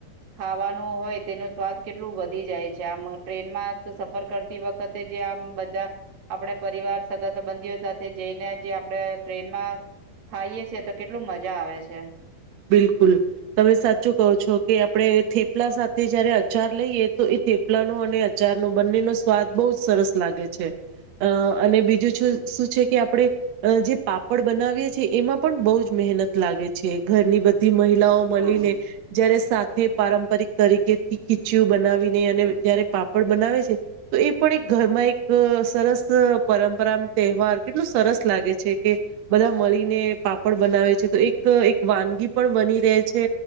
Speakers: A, on the right; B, on the right.
A: ખાવાનું હોય તેનું સ્વાદ કેટલું વધી જાય છે. આમ ટ્રેનમાં સફર કરતી વખતે જે આમ બધા આપણે પરિવાર, સગા સંબંધીઓ સાથે જઈને જે આપડે ટ્રેનમાં ખાઈએ છીએ તો કેટલું મજા આવે છે.
B: બિલકુલ તમે સાચું કહો છો કે આપણે થેપલા સાથે જયારે અચાર લઈએ તો એ થેપલાનો અને અચારનો બંનેનો સ્વાદ બો સરસ લાગે છે અ અને બીજું શું છે કે આપણે જે પાપડ બનાવીએ છીએ એમાં પણ બો જ મહેનત લાગે છે. ઘરની બધ બધી મહિલાઓ મળીને
A: હા.
B: જયારે સાતથી સાથે પારંપરિક તરીકેથી ખીચું બનાવીને અને જયારે પાપડ બનાવે છે તો એ પણ એક ઘરમાં એક સરસ પરંપરા તહેવાર કેટલો સરસ લાગે છે કે બધા મળીને પાપડ બનાવે છે તો એક વાનગી પણ બની રહે છે